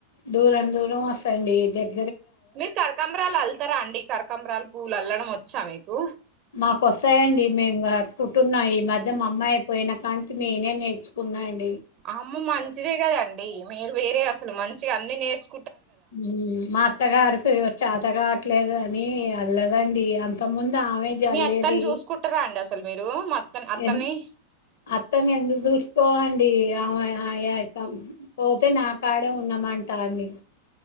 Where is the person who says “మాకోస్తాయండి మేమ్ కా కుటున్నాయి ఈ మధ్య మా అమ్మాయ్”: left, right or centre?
Left